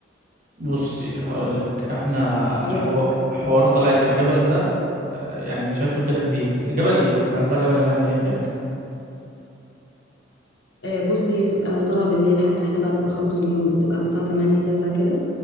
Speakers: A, on the right; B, on the left.
A: بصي هقول لك احنا
B: ايه
A: حو...
B: رايك
A: حوار طلعة الجبل ده يعني شكله كده جديد جبل ايه احنا هنطلع جبل هنعمل ايه هناك
B: آه بص هي بتبقى طالعه بالليل حتى احنا بعد ما نخلص اليوم بتبقى على الساعه 8 9 كده